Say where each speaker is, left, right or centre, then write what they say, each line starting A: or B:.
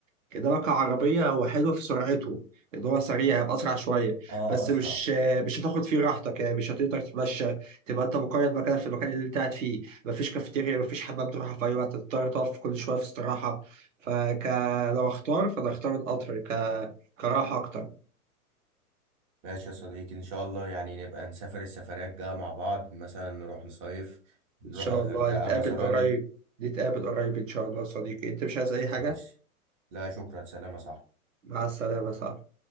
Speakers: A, on the right; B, on the right.
A: كده لك عربية هو حلو في سرعته اللي هو سريع هيبقى أسرع شوية
B: اه
A: بس
B: اسرع
A: مش مش هتاخد فيه راحتك يعني مش هتقدر تتمشى تبقى أنت مقيد مكانك في المكان اللي أنت قاعد فيه مفيش كافيتيريا مفيش حمام تروحها في أي وقت هتضطر تقف كل شوية في استراحة فك لو أختار فأنا أختار القطر ك... كراحة أكتر
B: ماشي يا صديقي ان شاء الله يعني نبقى نسافر السفرات الجايه مع بعض مثلا نروح نصيف نروح
A: إن شاء
B: الغردقه
A: الله نتقابل
B: مثلا
A: قريب نتقابل قريب إن شاء الله يا صديقي أنت مش عايز أي حاجة
B: ماشي لا شكرا سلام يا صاحبي
A: مع السلامة صح